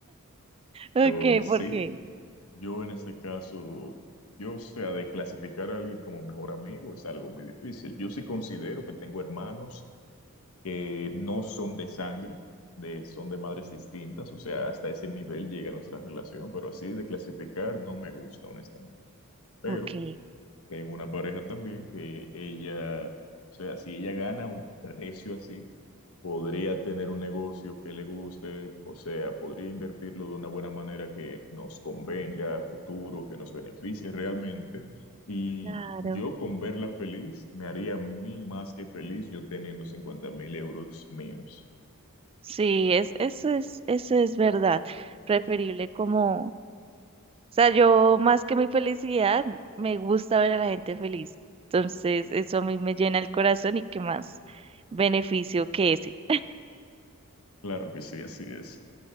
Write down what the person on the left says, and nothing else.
Yo sí,
yo en este caso, yo, o sea, de clasificar a alguien como mejor amigo es algo muy difícil. Yo sí considero que tengo hermanos que no son de sangre, de, son de madres distintas, o sea, hasta ese nivel llega nuestra relación, pero así de clasificar no me gusta, honestamente. Pero
tengo una pareja también que ella, o sea, si ella gana un precio así, podría tener un negocio que le guste, o sea, podría invertirlo de una buena manera que nos convenga a futuro, que nos beneficie realmente. Y
yo con verla feliz, me haría a mí más que feliz yo teniendo cincuenta mil euros míos.
Claro que sí, así es.